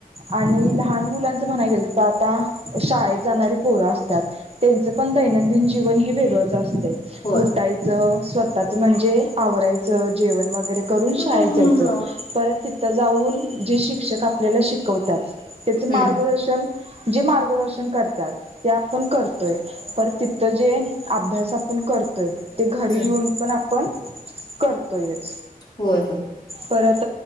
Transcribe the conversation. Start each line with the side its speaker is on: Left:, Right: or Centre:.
Right: आणि लहान मुलांच म्हणायं गेल तर आता शाळेत. <inaudible> पोरं असत्यात त्यांच पण दैनंदिन जीवन हे वेगळं असं असतंय
Left: होय.
Right: उटायचं स्वतःच म्हणजे आवरायचं जेवण वगैरे करून शाळेत
Left: हम्म
Right: जायचं परत तिथं जाऊन जे शिक्षक आपल्याला शिकवत त्याच मार्गदर्शन
Left: हम्म
Right: जे मार्गदर्शन करत त्यातं ते आपण करतोय परत तिथं जे अभ्यास आपण करतोय ते घरी
Left: हम्म
Right: येऊन पण आप पण करतोयंच
Left: होय होय
Right: परत